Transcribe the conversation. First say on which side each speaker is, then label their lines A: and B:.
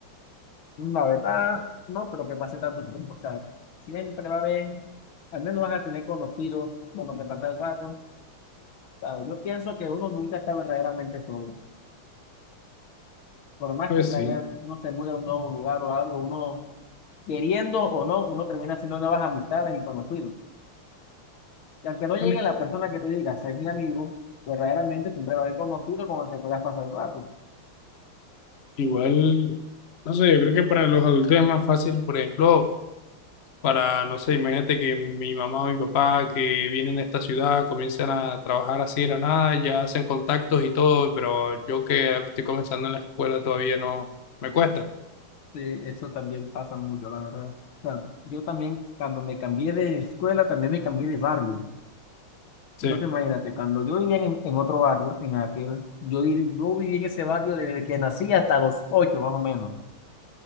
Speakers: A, on the left; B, on the left.
A: La verdad, no creo que pase tanto tiempo, o sea, siempre va a haber, al menos vas a tener conocidos con lo que pasa el rato. O sea, yo pienso que uno nunca está verdaderamente solo. Por más
B: Pues
A: que te
B: sí.
A: hayan- uno se mude a un nuevo lugar o algo, uno queriendo o no, uno termina haciendo nuevas amistades y conocidos. Y aunque no llegue
B: Bueno,
A: la persona que tú digas, es mi amigo, verdaderamente siempre lo haber conocido con el que puedas pasar el rato.
B: igual, no sé, yo creo que para los adultos es más fácil, por ejemplo, para, no sé, imagínate que mi mamá o mi papá que vienen a esta ciudad comienzan a trabajar así de la nada, ya hacen contactos y todo, pero yo que estoy comenzando en la escuela todavía no me cuesta.
A: Sí, eso también pasa mucho, la verdad. O sea, yo también, cuando me cambié de escuela, también me cambié de barrio.
B: Sí.
A: Entonces, imagínate, cuando yo vivía en, en otro barrio, en aquel, yo, vi- yo viví en ese barrio desde que nací hasta los ocho, más o menos.